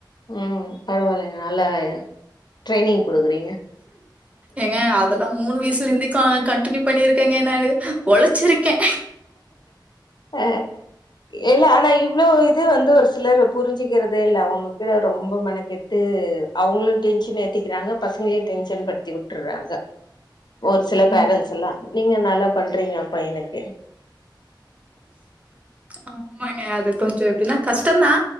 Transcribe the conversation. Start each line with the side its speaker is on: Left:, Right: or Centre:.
Left: ம் பரவால்லைங்க நல்ல ட்ரைனிங் குடுக்குறீங்க
Right: ஏங்க அதல்லா மூணு வய்சுலேந்தே கான் கன்ட்டின்யூ பண்ணிருக்கேங்க நானு ஒழச்சிருக்கே
Left: அ இல்ல ஆனா இவ்ளோ இது வந்து ஒரு சிலர் புரிஞ்சுக்கிறதே இல்ல அவுங்க கீழ ரொம்போ மெனக்கெட் டு அவுங்களு டென்ஷன் ஏத்திக்கிறாங்க பசங்ளுயு டென்ஷன் பட்த்தி உட்டுற்றாங்க ஒரு சில
Right: ம்
Left: பேரன்ஸ் எல்லா நீங்க நல்லா பண்றீங்க பைனுக்கு
Right: ஆமாங்க அது கொஞ்சோ எப்டினா கஸ்ட்டோந்தா